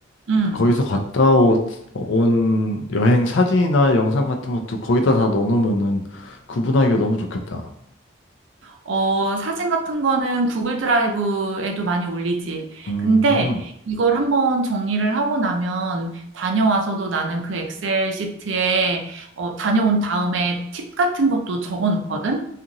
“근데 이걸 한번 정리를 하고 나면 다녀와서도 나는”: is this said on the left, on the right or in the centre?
Right